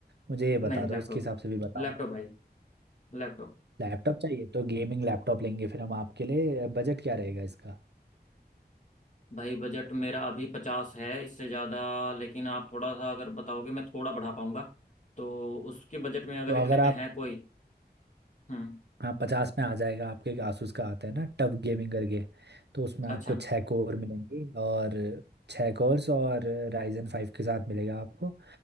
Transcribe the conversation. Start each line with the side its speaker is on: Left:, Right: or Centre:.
Right: मुझे ये बता
Left: नहीं
Right: दो
Left: लैपटॉप
Right: उसके हिसाब से भी बताऊंगा
Left: लैपटॉप भाई लैपटॉप
Right: लैपटॉप चाहिए तो गेमिंग लैपटॉप लेंगे फिर हम आपके लिए बजट क्या रहेगा इसका
Left: भाई बजट मेरा अभी पचास है इससे ज़्यादा लेकिन आप थोड़ा सा अगर बताओगे मैं थोड़ा बढ़ा पाऊंगा तो उसके बजट में अगर
Right: तो
Left: इतने
Right: अगर
Left: में
Right: आप
Left: है कोई हम्म
Right: हाँ पचास में आ जाएगा आपके एक आसूस का आता है ना टफ गेमिंग करके तो उसमें
Left: अच्छा
Right: आपको छः कोर मिलेंगे और छः कोर्स और राइजन फाइव के साथ मिलेगा आपको